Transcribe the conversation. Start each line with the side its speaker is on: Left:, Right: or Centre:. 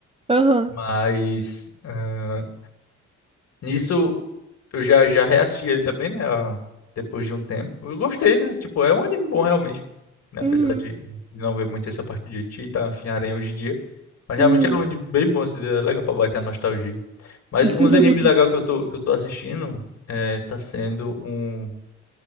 Right: Aham.
Left: Mas, ah, Nisso, eu já, já reassisti ele também, né? a- Depois de um tempo. Eu gostei, né? Tipo, é um anime bom realmente. Né? Apesar
Right: Uhum.
Left: de de não ver muito essa parte de ti e tá, enfim, aranha hoje em dia. Mas realmente
Right: Uhum.
Left: era um anime bem bom, assim, era legal pra bater a nostalgia. Mas
Right: <laughs>
Left: uns animes legais que eu tô, que eu tô assistindo é, tá sendo um.